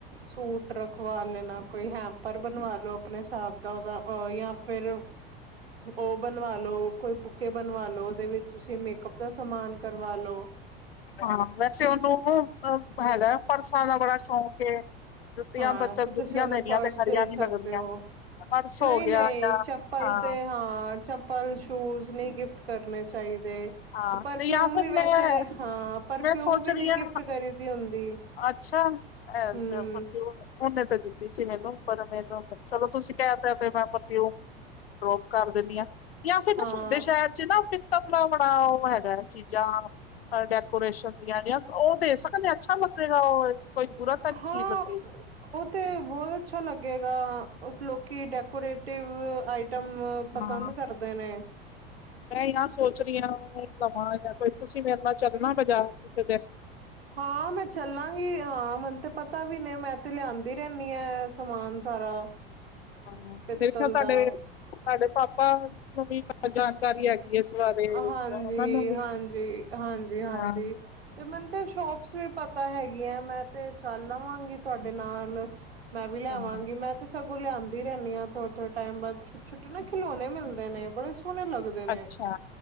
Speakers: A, on the right (about 85°); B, on the left (about 80°).
A: ਸੂਟ ਰਖਵਾ ਲੈਣਾ। ਕੋਈ ਹੈਂਪਰ ਬਣਵਾ ਲੋ, ਆਪਣੇ ਹਿਸਾਬ ਦਾ ਉਹਦਾ ਯਾਂ, ਫਿਰ ਉਹ ਬਣਵਾ ਲੋ, ਕੋਈ ਬੁੱਕੇ ਬਣਵਾ ਲੋ, ਉਹਦੇ ਵਿੱਚ ਤੁਸੀ ਮੇਕਅਪ ਦਾ ਸਮਾਨ ਕਰਵਾ ਲੋ।
B: ਹਾਂ। ਵੈਸੇ, ਉਹਨੂੰ ਹੈਗਾ, ਪਰਸਾਂ ਦਾ ਬੜਾ ਸ਼ੌਂਕ ਏ। ਜੁੱਤੀਆਂ
A: ਹਾਂ,
B: ਬੱਚਾ
A: ਤੇ,
B: ਜੁੱਤੀਆਂ
A: ਤੁਸੀਂ ਉਹਨੂੰ
B: ਦੇਣੀਆਂ
A: ਪਰਸ
B: ਤੇ ਖਰੀਆਂ
A: ਦੇ ਸਕਦੇ
B: ਨੀ ਲੱਗਦੀਆਂ
A: ਹੋ।
B: ਪਰਸ ਹੋ
A: ਨਹੀਂ-ਨਹੀਂ,
B: ਗਿਆ ਜਾਂ
A: ਚੱਪਲ
B: ਹਾਂ
A: ਤੇ, ਹਾਂ, ਚੱ ਪਲ, ਸ਼ੂਜ ਨਹੀਂ ਗਿਫਟ ਕਰਨੇ ਚਾਹੀਦੇ।
B: ਹਾਂ
A: ਪਰਫਿਉਮ
B: ਤੇ ਜਾਂ ਫਿਰ
A: ਵੀ,
B: ਮੈਂ
A: ਵੈਸੇ, ਹਾਂ। ਪਰਫਿਊਮ
B: ਮੈਂ ਸੋਚ
A: ਵੀ,
B: ਰਹੀ
A: ਨਹੀਂ,
B: ਹਾਂ
A: ਗਿਫਟ ਕਰੀ ਦੀ ਹੁੰਦੀ।
B: ਅੱਛਾ ਉਹਨੇ
A: ਹਮ
B: ਤੇ ਦਿੱਤੀ ਸੀ। ਮੈਨੂੰ, ਪਰ ਮੈਨੂੰ, ਚਲੋ ਤੁਸੀਂ ਕਹਿ ਤਾ, ਤੇ ਮੈਂ ਉਹ ਡਰੋਪ ਕਰ ਦਿੰਨੀ ਆ, ਯਾਂ, ਫੇਰ
A: ਹਾਂ
B: ਸਾਡੇ ਸ਼ਹਿਰ'ਚ, ਨਾ ਪਿੱਤ ਆਪਣਾ ਉਹ ਹੈਗਾ, ਚੀਜ਼ਾਂ ਡੈਕੋਰੇਸ਼ਨ ਦੀਆਂ ਉਹ ਦੇ ਸਕਨੇ ਆਂ? ਅੱਛਾ, ਲੱਗੇਗਾ। ਉਹ ਕੋਈ ਬੁਰਾ ਤਾਂ, ਨੀ
A: ਹਾਂ
B: ਚੀਜ਼ ਲੱਗੇਗੀ?
A: ਉਹ ਤੇ, ਬਹੁਤ ਅੱਛਾ ਲੱਗੇਗਾ। ਉਸ ਲੋਕੀ ਡੈਕੋਰੇਟਿਵ ਆਈ ਟਮ ਪਸੰਦ
B: ਹਾਂ
A: ਕਰਦੇ ਨੇ।
B: ਮੈਂ, ਆ, ਸੋਚ ਰਹੀ ਆਂ। ਲਵਾਂ ਜਾਂ, ਕੋਈ ਤੁਸੀਂ ਮੇਰੇ ਨਾਲ ਚੱਲਣਾ, ਬਜ਼ਾਰ ਕਿਸੇ ਦਿਨ।
A: ਹਾਂ, ਮੈਂ, ਚੱਲਾਂ ਹਾਂ, ਮੈਨੂੰ ਤੇ ਪਤਾ ਵੀ ਨਹੀਂ ''ਮੈਂ, ਤੇ ਲਿਆਂਦੀ ਰਹਿੰਨੀ ਏ, ਸਮਾਨ ਸਾਰਾ
B: ਹਾਂ,
A: ਪਿੱਤਲ
B: ਮੇਰੇ ਖਿਆਲ! ਤੁਹਾਡੇ,
A: ਦਾ
B: ਤੁਹਾਡੇ ਪਾਪਾ ਨੂੰ ਵੀ ਜਾਣਕਾਰੀ ਹੈਗੀ ਇਸ ਬਾਰੇ
A: ਹਾਂਜੀ-ਹਾਂਜੀ-
B: ਜਾਂ ਉਹਨਾਂ ਨੂੰ ਵੀ
A: ਹਾਂਜੀ- ਹਾਂਜੀ!
B: ਹਾਂ
A: ਤੇ, ਮੰਨ ਤੇ ਸ਼ੋਪਸ ਵੀ ਪ ਤਾਂ ਹੈਗੀ ਆ, ਮੈਂ, ਤੇ ਚੱਲ ਆਵਾਂਗੀ ਤੁਹਾਡੇ ਨਾਲ, ਮੈਂ, ਵੀ ਲੈਵਾਂਗੀ
B: ਹਾਂ
A: ਮੈਂ, ਤੇ ਸਗੋਂ ਲਿਆਂਦੀ ਰਹਿੰਨੀ ਆ, ਥੋੜ ਥੋੜੇ ਟਾਇਮ ਬਾਅਦ ਛੋ- ਛੋਟੇ ਨਾ ਖਿਲੋਣੇ ਮਿਲਦੇ ਨੇ। ਬੜੇ ਸੋਹਣੇ ਲੱਗਦੇ ਨੇ,
B: ਅੱਛਾ